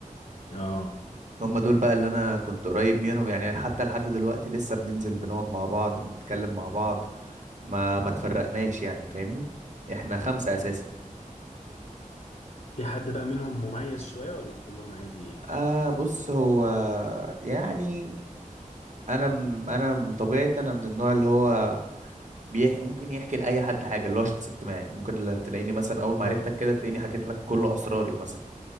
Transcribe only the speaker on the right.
هم دول بقى اللي انا كنت قريب منهم يعني حتى لحد دلوقتي لسه بننزل بنقعد مع بعض بنتكلم مع بعض ما ما تفرقناش يعني فاهمني احنا خمسة اساسا
آه بص هو يعني انا م- انا من طبيعتي انا من النوع اللي هو بيح ممكن يحكي لاي حد حاجه اللي هو شخص اجتماعي ممكن لا- تلاقيني مثلا اول ما
عرفتك كده تلاقيني حكيت لك كل اسراري مثلا